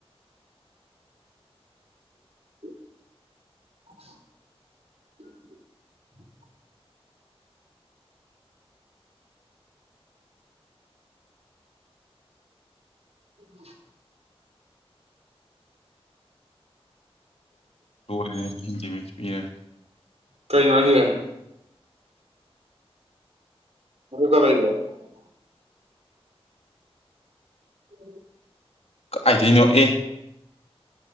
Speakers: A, on the right; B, on the left.
A: <unintelligible> <inaudible>
B: <inaudible> ꯑꯦ
A: ꯀꯩ ꯉꯅꯨꯡꯒꯦ <unintelligible> <inaudible>
B: ꯀꯥꯏꯗꯣꯏꯅꯣ ꯑꯦ